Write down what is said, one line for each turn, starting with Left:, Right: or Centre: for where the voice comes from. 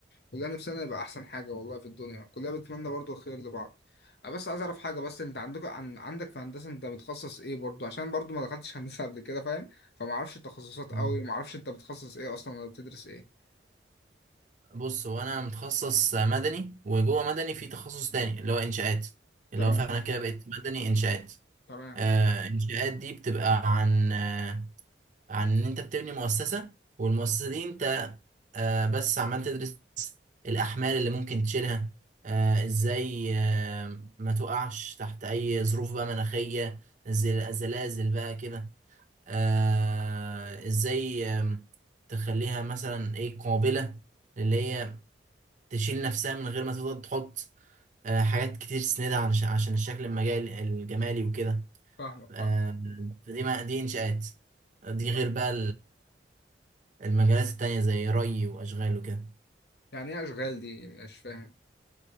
Left: كلنا نفسنا يبقى احسن حاجه والله في الدنيا كلنا بنتمنى برضو الخير لبعض انا بس عايز اعرف حاجه بس انت عندك عن... عندك في هندسه انت متخصص ايه برضو عشان برضو ما دخلتش <laughs> هندسه قبل كده فاهم فما اعرفش التخصصات
Right: مم.
Left: قوي ما اعرفش انت بتخصص ايه اصلا ولا بتدرس ايه
Right: بص هو انا متخصص مدني وجوه مدني في تخصص تاني اللي هو انشاءات اللي
Left: تمام
Right: هو فانا كده بقيت مدني انشاءات
Left: تمام
Right: آه انشاءات دي بتبقى عن آه، عن ان انت بتبني مؤسسة والمؤسسة دي انت آه، بس عمال تدرس الاحمال اللي ممكن تشيلها آه، ازاي آه، ما تقعش تحت اي ظروف بقى مناخية زل- زلازل بقى كده آه، ازاي آم، تخليها مثلا ايه قابلة اللي هي تشيل نفسها من غير ما تفضل تحط آه، حاجات كتير تسندها عن- عشان الشكل المجال الجمالي وكده
Left: فاهمك
Right: آه،
Left: فاهم
Right: فدي ما دي انشاءات دي غير
Left: فاهم.
Right: بقى المجالات التانية زي ري وأشغال وكده
Left: يعني ايه اشغال دي مش فاهم